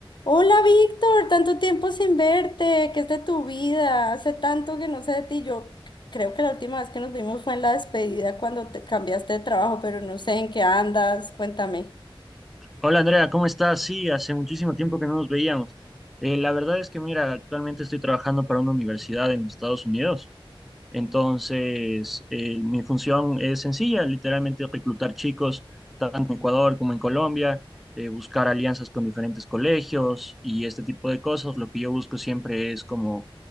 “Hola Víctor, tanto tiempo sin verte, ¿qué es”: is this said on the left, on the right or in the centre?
Left